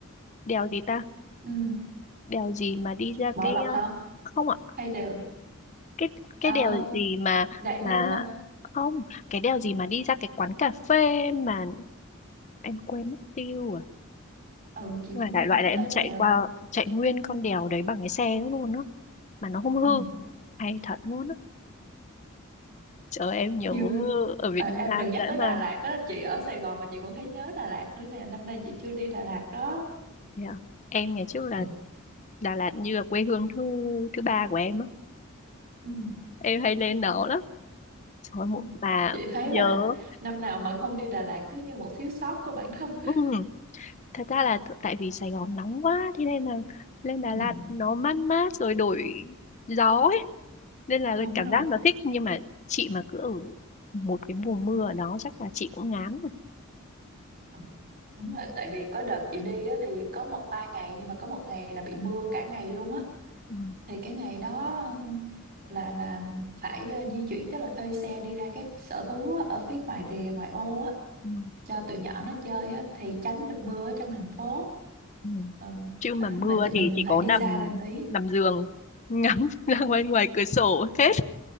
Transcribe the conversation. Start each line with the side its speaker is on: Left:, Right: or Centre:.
Left: đèo gì ta
Right: ừ.
Left: đèo gì mà đi ra
Right: Bảo
Left: cái
Right: Lộc
Left: ờ,
Right: hả
Left: không ạ
Right: hay đều
Left: cái cái
Right: Ờ,
Left: đèo gì mà
Right: Đại Ninh
Left: mà
Right: hả
Left: không cái đèo gì mà đi ra cái quán cà phê mà em quên mất tiêu à
Right: ừ chị
Left: nhưng
Right: cũng
Left: mà đại
Right: quên
Left: loại
Right: cái
Left: là em
Right: tên
Left: chạy
Right: đèo
Left: qua
Right: đó
Left: chạy nguyên con đèo đấy bằng cái xe luôn á mà nó không hư
Right: Ừ.
Left: hay thật luôn á Trời ơi, em nhớ
Right: Chiêu thôi.
Left: ở Việt
Right: Ờ,
Left: Nam
Right: em đừng nhắc
Left: dã
Right: tới Đà
Left: man.
Right: Lạt á chị ở Sài Gòn mà chị còn thấy nhớ Đà Lạt nữa nè năm nay chị chưa đi Đà Lạt đó
Left: Yeah. Em ngày trước là
Right: ừ.
Left: Đà Lạt như là quê hương thứ thứ ba của em á.
Right: Ừ.
Left: Em hay lên đó lắm. Trời ơi, một
Right: Ừ.
Left: mà
Right: chị thấy
Left: nhớ.
Right: là năm nào mà không đi Đà Lạt cứ như một thiếu sót của bản thân <laughs>
Left: Ừ, thật ra là t- tại vì Sài Gòn nóng quá thế nên là lên Đà
Right: Ừ.
Left: Lạt nó mát mát rồi đổi gió ấy. Nên là
Right: Đúng
Left: cảm
Right: rồi.
Left: giác nó thích nhưng mà chị mà cứ ở một cái mùa mưa ở đó chắc là chị cũng ngán rồi.
Right: Ừ, đúng rồi tại vì có đợt chị đi á, thì có một ba ngày nhưng mà có một ngày là bị mưa cả ngày luôn á
Left: Ừ.
Right: thì cái ngày đó um, là là phải uh, di chuyển tức là thuê xe đi ra các sở thú á, ở phía ngoài rìa ngoại ô á
Left: Ừ.
Right: cho tụi nhỏ nó chơi á thì tránh được mưa ở trong thành phố
Left: Ừ.
Right: Ờ,
Left: chứ mà
Right: đó
Left: mưa
Right: nhưng mà chị-
Left: thì
Right: mình
Left: chị
Right: phải
Left: có
Right: đi
Left: nằm
Right: xa ra một tí
Left: nằm giường ngắm <laughs> ra ngoài ngoài cửa sổ hết